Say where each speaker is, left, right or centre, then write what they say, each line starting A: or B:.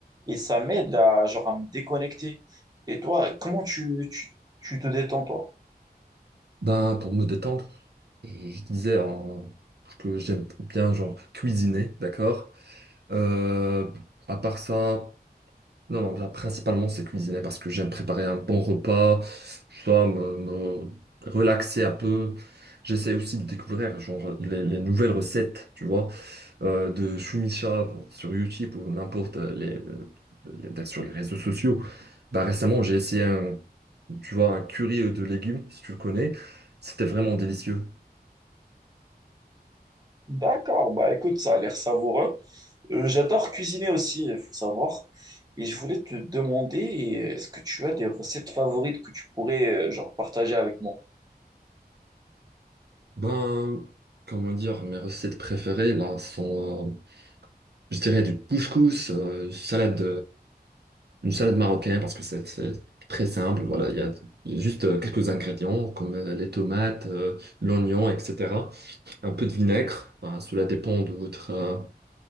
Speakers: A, on the right; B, on the right.
A: et ça m'aide à, genre, à me déconnecter. Et toi, comment tu, tu, tu te détends, toi?
B: Ben, pour me détendre, et je disais en- que j'aime bien genre cuisiner, d'accord? Euh, à part ça, non, non, ben, principalement c'est cuisiner parce que j'aime préparer un bon repas, tu vois, me, me relaxer un peu. J'essaie aussi de découvrir genre, les, les nouvelles recettes, tu vois, euh, de Shumisha sur YouTube ou n'importe les, les- sur les réseaux sociaux. Bah, récemment, j'ai essayé un, tu vois, un curry de légumes, si tu le connais. C'était vraiment délicieux.
A: D'accord, bah écoute, ça a l'air savoureux. Euh, j'adore cuisiner aussi, il faut savoir. Et je voulais te demander, est-ce que tu as des recettes favorites que tu pourrais euh, genre partager avec moi?
B: Ben, comment dire, mes recettes préférées, là, sont, euh, je dirais, du couscous, euh, salade Une salade marocaine parce que c'est c'est très simple. Voilà, il y a juste euh, quelques ingrédients comme euh, les tomates, euh, l'oignon, etc. Un peu de vinaigre. Ben, cela dépend de votre euh,